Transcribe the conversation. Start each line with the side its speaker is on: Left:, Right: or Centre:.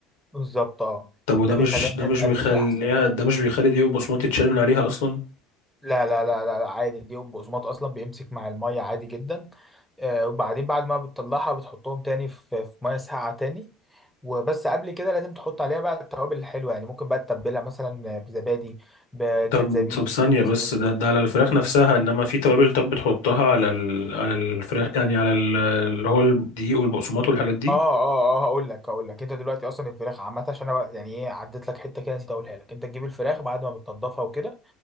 Centre: بالظبط اه
Left: طب وده
Centre: ده بيخليها
Left: مش
Centre: انها
Left: ده مش
Centre: تقرمش
Left: بيخليها
Centre: احسن
Left: ده مش بيخلي دقيق وبقسماط يتشال من عليها اصلا
Centre: لا لا لا لا, لا عادي الدقيق والبقسماط اصلا بيمسك مع الميه عادي جدا آه وبعدين بعد ما بتطلعها بتحطهم تاني في, في ميه ساقعه تاني وبس قبل كده لازم تحط عليها بقى التوابل الحلوه يعني ممكن بقى تتبلها مثلا بزبادي بجنزبيل
Left: طب طب ثانية
Centre: فلفل
Left: بس
Centre: اسود
Left: ده, ده على الفراخ نفسها انما في توابل طب بتحطها على ال... على الفراخ يعني على ال... اللي هو الدقيق والبقسماط والحاجات دي
Centre: اه اه اه هقول لك هقول لك انت دلوقتي اصلا الفراخ عامه عشان انا بقى- يعني ايه عديت لك حته كده نسيت اقولها لك انت تجيب الفراخ بعد ما بتنضفها وكده